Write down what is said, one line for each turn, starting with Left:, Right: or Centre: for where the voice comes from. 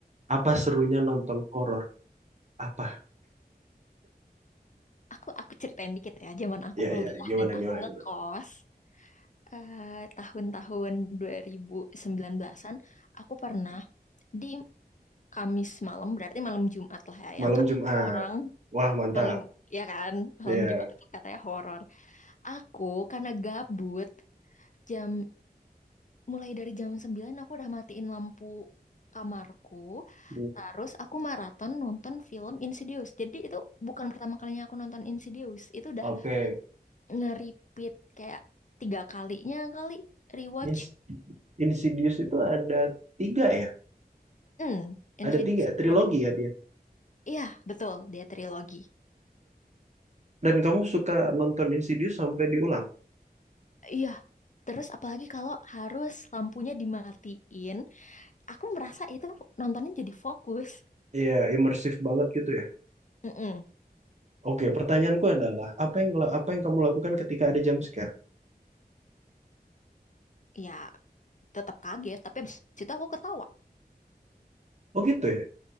Right: apa serunya nonton horor? Apa?
Left: Aku aku ceritain dikit ya, zaman aku
Right: Ya
Left: kuliah
Right: ya, gimana
Left: dan
Right: gimana
Left: aku ngekos
Right: gimana.
Left: eh, tahun-tahun 2019-an, aku pernah di Kamis malam, berarti malam Jumat lah ya,
Right: Malam
Left: yang katanya
Right: Jumat.
Left: orang
Right: Wah, mantap.
Left: Malam, ya kan? Malam
Right: Iya.
Left: Jumat itu katanya horor. Aku karena gabut, jam mulai dari jam 9 aku udah matiin lampu kamarku.
Right: Hmm.
Left: Terus aku maraton nonton film Insidious. Jadi itu bukan pertama kalinya aku nonton Insidious. Itu udah
Right: Oke.
Left: nge-repeat kayak tiga kalinya kali rewatch.
Right: Ins- Insidious itu ada tiga ya?
Left: <laughs> Insidious
Right: Ada tiga
Left: itu
Right: trilogi
Left: udah ada tiga.
Right: ya dia.
Left: Iya, betul. Dia trilogi.
Right: Dan kamu suka nonton Insidious sampai diulang?
Left: Iya. Terus apalagi kalau harus lampunya dimatiin aku merasa itu nontonnya jadi fokus.
Right: Iya, imersif banget gitu ya?
Left: Mm-mm.
Right: Oke, pertanyaanku adalah apa yang apa yang kamu lakukan ketika ada jump scare?
Left: Ya, tetap kaget, tapi abis itu aku ketawa.
Right: Oh gitu ya.